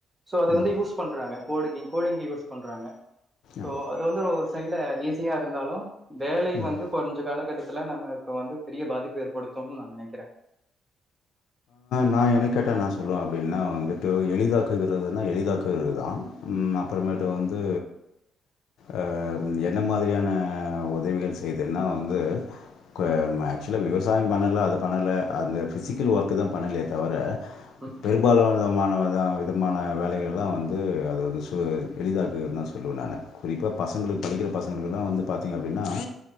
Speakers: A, on the right; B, on the left.
A: சோ அத
B: ம்.
A: வந்து யூஸ் பண்றாங்க கோடி கோடிங்கு யூஸ் பண்றாங்க சோ
B: ஆமா. ம்.
A: அது வந்து சைல ஈஸியா இருந்தாலு வேலை
B: ஆமாம்.
A: வந்து கொஞ்ச காலகட்ட துல நம்மக்கு வந்து பெரிய பாதிப்பு ஏற்படுத்தும்னு நா நெனைக்கிற
B: நா என்ன கேட்டா நா சொல்லுவ அப்படின்னா வந்துட்டு எளிதாக்குகிறதுன்னா எளிதாக்குகிறது தான் அப்புறமேட்டு வந்து அ என்ன மாதிரியான உதவிகள் செய்தன்னா வந்து கு ஆக்சுவலா விவசாயம் பண்ணல அது பண்ணல அந்த ஃபிசிக்கல் ஒர்க் குதா பண்ணலையே தவிர
A: ம்
B: பெரும்பாலானதமான த விதமான வேலைகள் எல்லா வந்து அதது சு எளிதாக்குதுதா சொல்லுவ நானு குறிப்பா பச சங்களுக்கு படிக்கிற பசங்களுக்கு எல்லா வந்து பாத்தீங்க அப்படின்னா